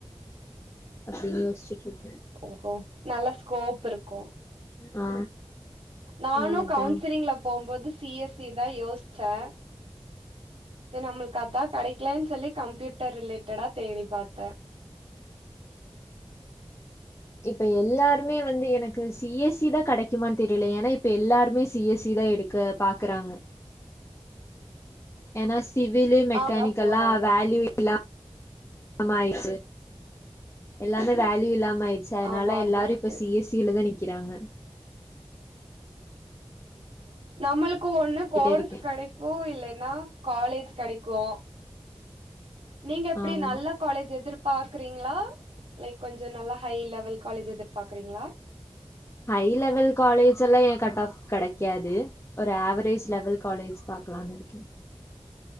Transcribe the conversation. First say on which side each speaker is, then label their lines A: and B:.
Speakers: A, on the left; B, on the right.
A: அப்படின்னு யோசிச்சிட்டு இருக்
B: ஓ நல்ல ஸ்கோப் ட்ருக்கு
A: ஆ
B: நானு
A: ஆ அதா
B: கவுன்சிலிங்ல போம்போது சி எஸ் சி தா யோசிச்சே சரி நம்மளுக்கு அதா கெடைக்கலன்னு சொல்லி கம்ப்யூட்டர் ரிலேட்டடா தேடி பாத்தே
A: இப்ப எல்லாருமே வந்து எனக்கு சி எஸ் சி தா கெடைக்குமான்னு தெரியல ஏன்னா இப்ப எல்லாருமே சி எஸ் சி தா எடுக்க பாக்கறாங்க ஏன்னா ஸ் சிவிலு மெக்கானிக்கல்லா
B: இதா போனாங்க
A: வேல்யூ இல்லா ஆமா ஐசு எல்லாமே வேல்யூ இல்லா ம ஆயிடுச்சு அதனால
B: ஆமா அது
A: எல்லாரு
B: இருக்கு
A: இப்ப சி எஸ் சி லதா நிக் கிறாங்க
B: நம்மளுக்கு ஒண்ணு கோர்ஸ்
A: இருக்கே
B: கெடைக்கு இல்லைன்னா காலேஜ் கெடைக்கு நீங்க எப்டி
A: ஆமா
B: நல்ல காலேஜ் எதிர் பாக்குறீங்களா லைக் கொஞ்ச நல்லா ஹை லெவல் காலேஜ் எதிர்பாக்குறீங்களா
A: ஹை லெவல் காலேஜ் எல்லா என் கட் ஆஃப்க்கு கெடைக்காது ஒரு ஆவரேஜ் லெவல் காலேஜ் பாக்கலான்னு இருக்கே